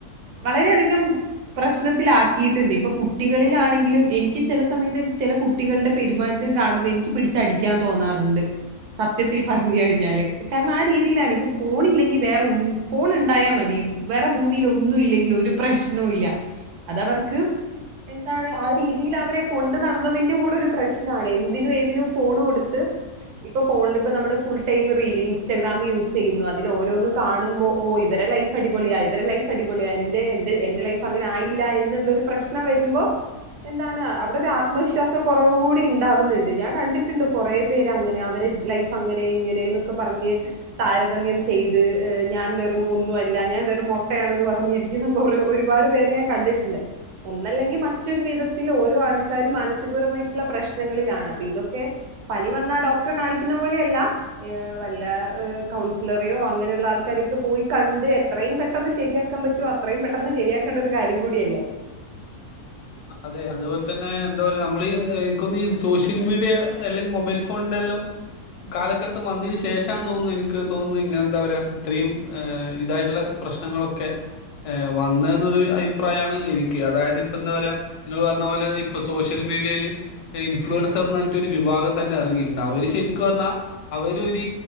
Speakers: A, on the right (about 85°); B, on the left (about 80°).
A: വളരെയധികം പ്രശ്നത്തിലാക്കിയിട്ടുണ്ട് ഇപ്പൊ കുട്ടികളിലാണെങ്കിലും എനിക്ക് ചില സമയത്ത് ചില കുട്ടികളുടെ പെരുമാറ്റ ചറ്റും കാണുമ്പോ എനിക്ക് പിടിച്ചടിക്കാൻ തോന്നാറുണ്ട് സത്യത്തിൽ പറഞ്ഞു കഴിഞ്ഞാല് കാരണം ആ രീതിയിലാണ് ഇപ്പ ഫോൺ ഇല്ലെങ്കിൽ വേറെ ഫോൺ ഉണ്ടായാൽ മതി വേറെ ഭൂമിൽ ഒന്നും ഇല്ലെങ്കിൽ ഒരു പ്രശ്നവും ഇല്ല അതവർക്ക് എന്താണ് ആ രീതിയിൽ അവരെ കൊണ്ടു നടന്നതിന്റെ കൂടെ ഒരു പ്രശ്നം ാണ് എന്തിനും ഏതിനും ഫോണ് കൊടുത്ത് ഇപ്പൊ ഫോണിൽ ഇപ്പ നമ്മള് full time reel Instagram use ചെയ്യുന്നു അതിൽ ഓരോന്ന് കാണുമ്പോ ഓ ഇവ ടെ ലൈഫ് അടിപൊളിയാ ഇവടെ ലൈഫ് അടിപൊളിയ എ എ എന്റെ ലൈഫ് അങ്ങനെ ആയില്ല എന്നുള്ളരു പ്രശ്നം വരുമ്പോ എന്താണ് അവിടെ ഒരു ആത്മവിശ്വാസം കുറവ കൂടി ഉണ്ട് ഉണ്ടണ്ട് ഞാൻ കണ്ടിട്ടുണ്ട് കൊറ പേങ്ങനെ അവ ലൈഫ് അങ്ങനെ ഇങ്ങനെൊക്കെ പറഞ്ഞ് താരതമം ചെയ്ത് ഞാൻ വെറും ഒന്നുംല്ല ഞാൻ വെറ മുട്ടയാണെന്ന് പറഞ്ഞിരിക്കുന്ന ഒരുപാട് കണ്ടിട്ടുണ്ട് ഒന്നല്ലെങ്കിൽ മറ്റൊരു വിധത്തിൽ ഓരോ ആൾക്കാരും മാനസികപരമായിട്ടുള്ള പ്രശ്ന ങ്ങളിലാണ് അപ്പൊ ഇതൊക്കെ പനി വന്ന ഡോക്ടർ കാണിക്കുന്ന പോലെയ അല്ല വല്ല കൗൺസിലറെയോ അങ്ങനെയുള്ളള്ള ആൾക്കാര പോയി കണ്ട് എത്രയും പെട്ടെന്ന് ശെരിയാക്കാൻ പറ്റോ അത്രയും പെട്ടെന്ന് ശരിയാക്കേണ്ട ഒരു കാര്യം കൂടിയല്ലേ
B: <inaudible> അതെ അതുപോലെ തന്നെ എന്താ പറയാ നമ്മൾ എനിക്കൊന്നഈ സോഷ്യൽ മീഡിയ അല്ലെങ്കിൽ മൊബൈൽ ഫോണിന്റെ ഹലോ കാലഘട്ടം വന്നതിന് ശേഷാ തോന്നുന്നു എനിക്ക് തോന്നുന്നു ഇങ്ങനെ എന്താ പറയാ ഇത്രയും ് ഇതായിട്ടുള്ള പ്രശ്നങ്ങളൊക്കെ വന്ന എന്നൊരു അഭിപ്രായമാണ് എനിക്ക് അതായത് ഇപ്പോ എന്താ പറയുക നിങ്ങൾ പറഞ്ഞ പോലെ ഇപ്പൊ സോഷ്യൽ മീഡിയയിൽ ഇൻഫ്ലുവൻസർ എന്ന്ഞ്ഞട്ട ഒരു വിഭാഗം തന്നെ ഇറങ്ങിയിട്ടുണ്ടാവ അവ ശരിക്കും പറഞ്ഞാൽ അവരൊ